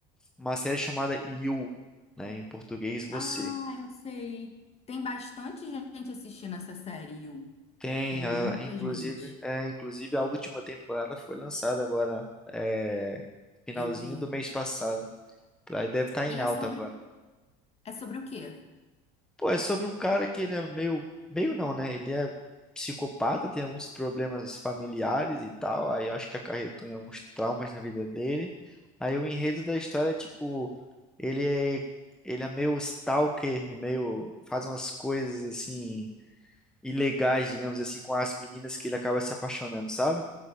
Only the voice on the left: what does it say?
Ah, eu sei. Tem bastante gente assistindo essa série, Yu.
Tem muita
gente.
Eu vi.
E
é sobre,
é sobre o quê?